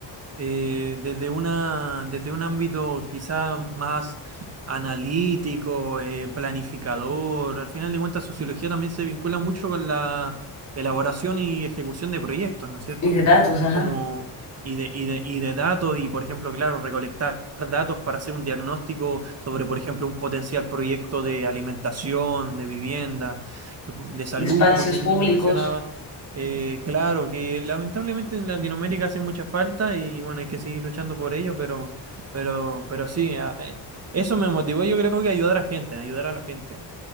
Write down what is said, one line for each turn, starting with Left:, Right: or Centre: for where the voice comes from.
Right: eh, desde una, desde un ámbito quizá más analítico, eh, planificador. Al final de cuentas, sociología también se vincula mucho con la elaboración y ejecución de proyectos, ¿no es cierto?
Left: Y de datos, ajá,
Right: Como, y de, y de, y de datos, y por ejemplo, claro, recolectar datos para hacer un diagnóstico sobre, por ejemplo, un potencial proyecto de alimentación, de vivienda, que pu- de salud,
Left: de espacios
Right: como tú
Left: públicos.
Right: mismo mencionabas. Eh, claro, que lamentablemente en Latinoamérica hace mucha falta y bueno, hay que seguir luchando por ello, pero, pero, pero sí, a- eh, eso me motivó, yo creo que ayudar a la gente, ayudar a la gente.